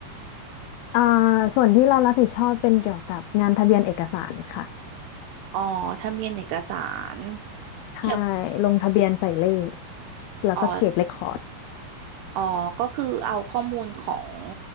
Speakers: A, on the left; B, on the right.
A: อ่าส่วนที่เรารับผิดชอบเป็นเกี่ยวกับงานทะเบียนเอกสารค่ะ
B: อ๋อทะเบียนเอกสาร
A: ใช่
B: เกี่ยวกับ
A: ลงทะเบียนใส่เลข แล้วก็เก็บเรคคอร์ด
B: อ๋อ อ๋อ ก็คือเอาข้อมูลของ